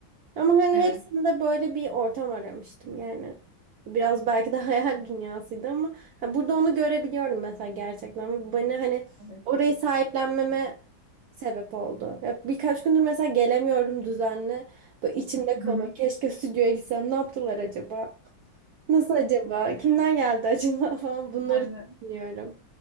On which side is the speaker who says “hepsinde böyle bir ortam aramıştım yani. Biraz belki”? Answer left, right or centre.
Right